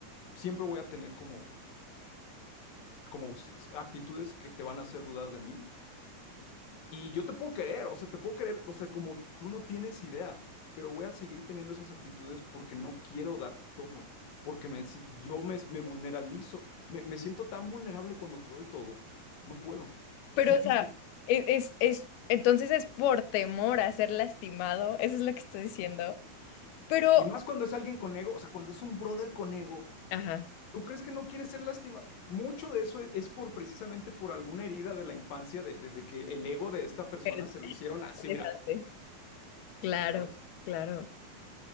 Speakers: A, on the left; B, on the left.
A: siempre voy a tener como, como s- s- actitudes que te van a hacer dudar de mí. Y yo te puedo querer, o sea, te puedo querer, o sea, como tú no tienes idea, pero voy a seguir teniendo esas actitudes porque no quiero darte todo, porque me, si- yo me, me vulneralizo, me, me siento tan vulnerable cuando te doy todo, no puedo,
B: pero
A: es difícil.
B: o sea, e- es, es, entonces es por temor a ser lastimado, eso es lo que estoy diciendo. Pero,
A: Y más cuando es alguien con ego, o sea, cuando es un brother con ego,
B: ajá,
A: ¿tú crees que no quiere ser lastimado? Mucho de eso es, es por precisamente por alguna herida de la infancia, de, de- de que el ego de esta persona
B: pero
A: se lo hicieron así,
B: interesante.
A: mira.
B: Claro,
A: ¿ves?
B: claro.